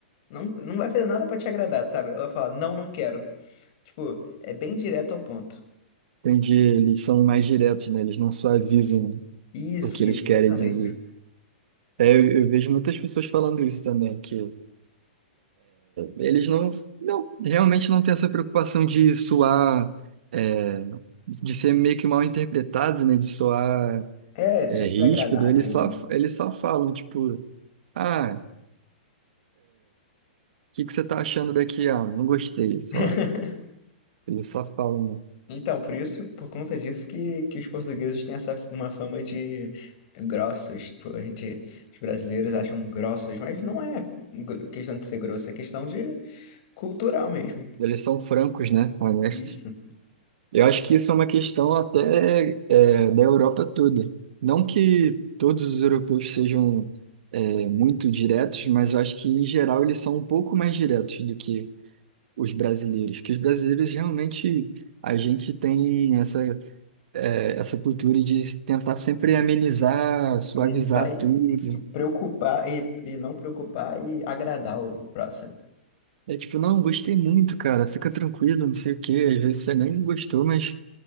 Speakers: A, on the left; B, on the right.
A: não, não vai fazer nada pra te agradar, sabe? Ela fala, não, não quero. Tipo, é bem direto ao ponto.
B: Entende? Eles são mais diretos, né? Eles não só avisam
A: Isso,
B: o que eles
A: isso,
B: querem
A: exatamente.
B: dizer. É, eu, eu vejo muitas pessoas falando isso também, que Eles não, não- realmente não têm essa preocupação de soar, é, de ser meio que mal interpretado, né? De soar,
A: É, de
B: é,
A: ser
B: ríspido.
A: agradável.
B: Eles só, eles só falam, tipo, ah, o que que você tá achando daqui? Ah, não gostei, sei
A: <laughs>
B: lá. Eles só falam, né?
A: Então, por isso, por conta disso que, que os portugueses têm essa uma fama de grossos. Tipo, a gente, os brasileiros acham grossos, mas não é gr- questão de ser grosso, é questão de cultural mesmo.
B: Eles são francos, né? Honestos.
A: Isso.
B: Eu acho que isso é uma questão até, é, da Europa toda. Não que todos os europeus sejam, é, muito diretos, mas eu acho que, em geral, eles são um pouco mais diretos do que os brasileiros, que os brasileiros realmente a gente tem essa, é, essa cultura de tentar sempre amenizar, suavizar
A: Amenizar e,
B: tudo.
A: e preocupar e, e não preocupar e agradar o próximo.
B: É tipo, não, gostei muito, cara, fica tranquilo, não sei o quê. Às vezes você nem gostou, mas